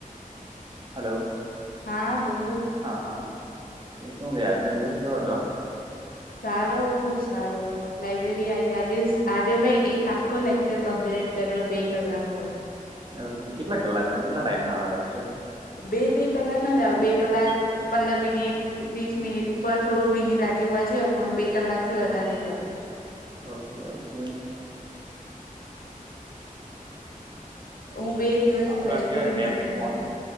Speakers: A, on the right (about 35°); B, on the left (about 85°).
A: હલો- -
B: હા બોલ.
A: હા હા તો શું કે આજનો દિવસ કેવો હતો
B: સારો સારો લાઈબ્રેરી આવી આજે આજે મેં એક આ ખો લેક્ચર કમ્પ્લીટ કર્યો બે કલાકનો
A: ઓકે કેટલા કલાકમાં કેટલા ટાઈમના આવે લેક્ચર
B: બે બે કલાક ના જ આવ બે કલાક પંદર મિનિટ વીસ મિનિટ ઉપર થોડું મિનીટ આગે પાછી હોય પણ બે કલાક થી વધારે જ હોય
A: ઓકે ઓકે
B: હું બે દિવસ
A: ચાલુ
B: લાઈબ્રેરી
A: રાખજો હવે બે
B: નોતી
A: મિનિટ
B: આવી
A: ફોન